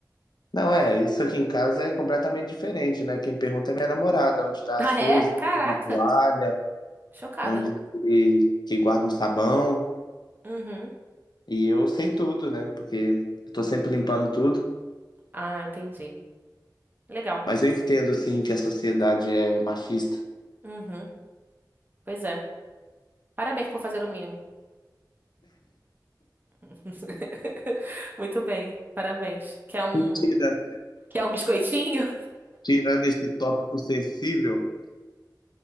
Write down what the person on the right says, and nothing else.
Ah,
é? Caraca.
Chocada.
Uhum.
Ah, entendi. Legal.
Uhum. Pois é. Parabéns por fazer o mínimo. <laughs> Muito bem. Parabéns. Que é um
Que é um biscoitinho?